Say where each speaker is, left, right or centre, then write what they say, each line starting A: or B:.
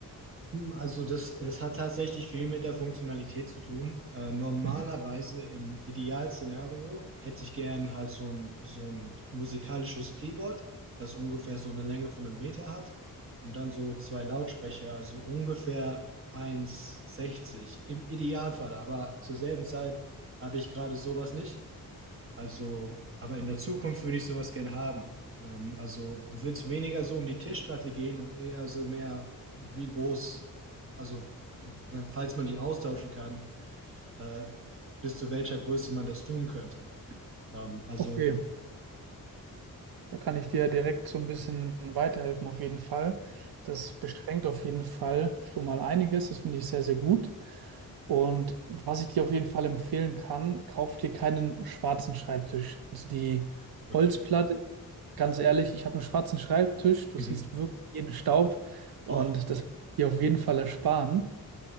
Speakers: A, on the right; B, on the right.
A: Hm, Also das, es hat tatsächlich viel mit der Funktionalität zu tun. Äh, normalerweise
B: Mhm.
A: im Idealszenario hätte ich gern halt so ein, so ein musikalisches Keyboard, das ungefähr so eine Länge von einem Meter hat und dann so zwei Lautsprecher, also ungefähr 1,60 im Idealfall. Aber zur selben Zeit habe ich gerade sowas nicht. Also, aber in der Zukunft würde ich sowas gerne haben. Ähm, also wird es weniger so um die Tischplatte gehen und eher so mehr, wie groß, also wenn- falls man die austauschen kann, äh, bis zu welcher Größe man das tun könnte. Ähm, also,
B: Okay, Da kann ich dir direkt so ein bisschen weiterhelfen, auf jeden Fall. Das beschränkt auf jeden Fall schon mal einiges. Das finde ich sehr, sehr gut. Und was ich dir auf jeden Fall empfehlen kann, kauf dir keinen schwarzen Schreibtisch. Also die
A: okay.
B: Holzplatte, ganz ehrlich, ich habe einen schwarzen Schreibtisch. Du
A: Mhm.
B: siehst wirklich jeden Staub und
A: Oh,
B: das will ich dir auf jeden Fall ersparen.